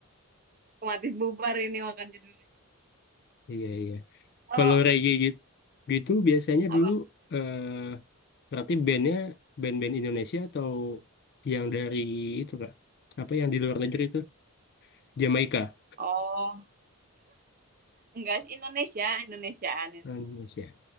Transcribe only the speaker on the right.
Otomatis bubar ini makan judulnya.
Kalau
apa?
Oh, enggak sih Indonesia, Indonesiaan, Indonesiaan.